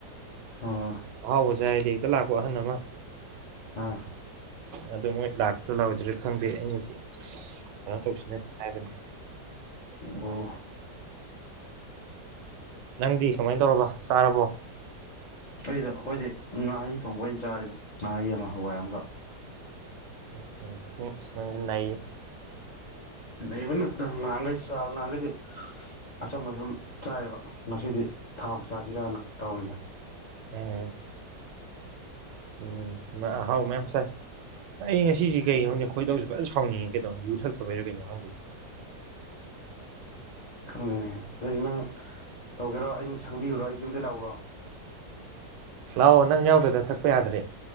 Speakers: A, on the left (about 70°); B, on the right (about 85°).
A: ꯑꯥ
B: ꯑꯍꯥꯎꯕ ꯆꯥꯏ ꯍꯥꯏꯔꯗꯤ ꯍꯦꯛꯇ ꯂꯥꯛꯄ ꯑꯍꯟ ꯑꯃ
A: ꯑꯥ
B: ꯑꯗꯣ ꯃꯣꯏ ꯂꯥꯛꯇꯧꯔ ꯂꯥꯛꯑꯣꯏꯗꯔ ꯈꯪꯗꯦ ꯑꯩꯅꯗꯤ ꯀꯩꯅꯣ ꯇꯧꯁꯤꯅ ꯍꯥꯏꯕꯅꯤ
A: ꯑꯣ
B: ꯅꯪꯗꯤ ꯀꯃꯥꯏꯅ ꯇꯧꯔꯕ ꯆꯥꯔꯕꯣ
A: ꯑꯩꯗꯣ ꯑꯩꯈꯣꯏꯗꯤ ꯉꯥꯍꯩ ꯊꯣꯡꯕ ꯑꯣꯏꯅ ꯆꯥꯔꯦꯗ ꯉꯥꯍꯩ ꯑꯃ ꯍꯋꯥꯏ ꯑꯃꯒ
B: ꯑꯣ ꯅꯪꯗꯤ ꯅꯩꯌꯦ
A: ꯅꯩꯕꯅꯦ ꯑꯗꯨꯝ ꯉꯍꯥꯟꯒꯩ ꯆꯥꯕ ꯉꯍꯥꯟꯒꯩꯗꯤ ꯑꯆꯝꯕ ꯁꯨꯝ ꯆꯥꯏꯌꯦꯕ ꯉꯁꯤꯗꯤ ꯊꯥꯎ ꯆꯥꯁꯤꯔꯥꯅ ꯇꯧꯕꯅꯤꯗ
B: ꯑꯦꯝ ꯎꯝ ꯅꯪ ꯑꯍꯥꯎ ꯃꯌꯥꯝ ꯆꯥꯏ ꯑꯩ ꯉꯁꯤꯖꯦ ꯀꯩꯒꯤꯅꯣ ꯈꯪꯗꯦ ꯈꯣꯏꯗꯧꯁꯦ ꯐꯖ ꯁꯥꯎꯅꯤꯡꯉꯦ ꯀꯩꯗꯧꯔꯕꯅꯣ ꯌꯨ ꯊꯛꯇꯕꯩꯔꯥ ꯀꯩꯅꯣ ꯈꯪꯗꯦ
A: ꯈꯪꯗꯦꯅꯦ ꯑꯗꯨꯏꯗꯤ ꯅꯪ ꯇꯧꯒꯦꯔꯣ ꯑꯩꯅ ꯁꯪꯕꯤꯌꯨꯔꯣ ꯑꯩ ꯌꯨꯝꯗꯩꯩ ꯂꯥꯛꯎꯔꯣ
B: ꯂꯥꯛꯑꯣ ꯅꯪ ꯌꯥꯎꯗꯗꯅ ꯊꯛꯄ ꯌꯥꯗ꯭ꯔꯦ